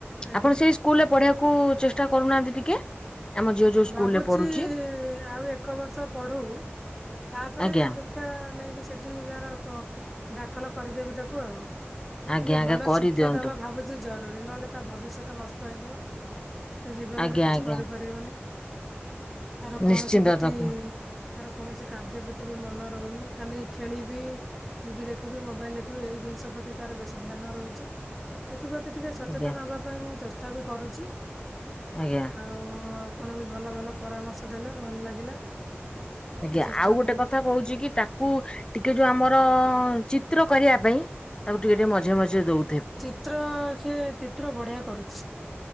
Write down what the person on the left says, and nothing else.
ଆପଣ ସେଇ ସ୍କୁଲ ରେ ପଢିବାକୁ ଚେଷ୍ଟା କରୁନାହାଁନ୍ତି ଟିକେ? ଆମ ଝିଅ ଯୋଉ ସ୍କୁଲରେ
ପଢୁଛି
ଆଜ୍ଞା।
ଆଜ୍ଞା
ଆଜ୍ଞା
କରିଦିଅନ୍ତୁ
ଆଜ୍ଞା
ଆଜ୍ଞା
ନିଶ୍ଚିନ୍ତ
ତାକୁ
ଆଜ୍ଞା
ଆଜ୍ଞା।
ଆଜ୍ଞା
ଆଉ ଗୋଟେ
କଥା କହୁଛି କି ତା କୁ ଟିକେ ଯୋଉ ଆମର ଚିତ୍ର କରିବା ପାଇଁ ତାକୁ ଟିକେ ଟିକେ ମଝିରେ ମଝିରେ ଦଉ